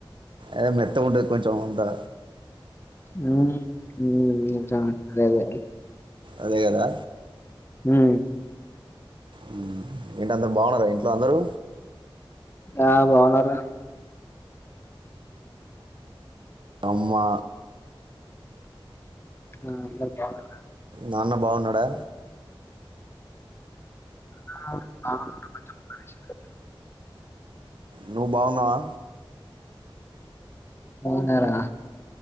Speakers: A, on the right (about 60°); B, on the left (about 25°).
A: ఏ మెత్తగుంటది కొంచెం అంతా
B: మ్మ్ మ్మ్ ఇంకా అదే అదే
A: అదే గదా
B: మ్మ్
A: ఉమ్ ఏంటందరు బాగున్నారా ఇంట్లో అందరూ
B: ఆ బాగున్నారా
A: అమ్మ
B: అందరూ బాగున్నారా
A: నాన్న బావున్నాడా
B: <inaudible>
A: నువ్వు బావున్నావా
B: బావున్న రా